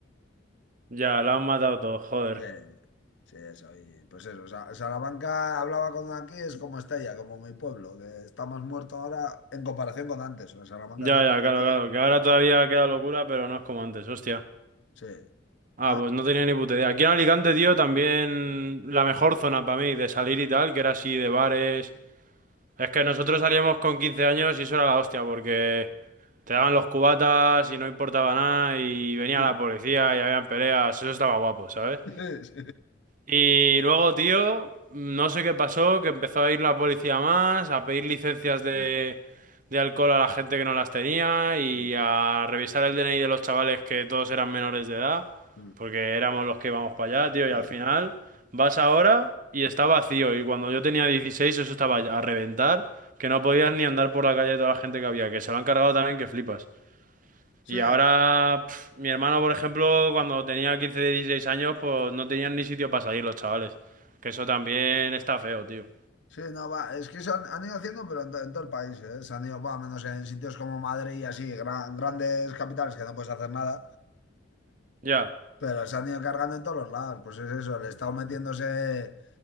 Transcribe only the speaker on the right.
Ya, la han matado todo, joder.
Ya,
ya,
claro,
claro. Que ahora todavía queda locura, pero no es como antes, hostia.
Ah,
pues no tenía ni puta idea. Aquí en Alicante, tío, también la mejor zona para mí de salir y tal, que era así de bares. Es que nosotros salíamos con 15 años y eso era la hostia, porque te daban los cubatas y no importaba nada y venía
la
policía y habían peleas, eso estaba guapo, ¿sabes?
Y luego, tío, no sé qué pasó, que empezó a ir la policía más, a pedir licencias de,
de alcohol a la gente que no las tenía y
a revisar el DNI de los chavales que todos eran menores de edad,
porque éramos los que íbamos para allá, tío,
y al final vas ahora y está vacío. Y cuando yo tenía 16 eso estaba a reventar, que no podías ni andar por la calle toda la gente que había, que se lo han cargado también, que flipas.
Y ahora, pf, mi hermano, por ejemplo, cuando tenía 15 16 años, pues no tenían ni sitio para salir los chavales. Que eso también está feo, tío.
Ya,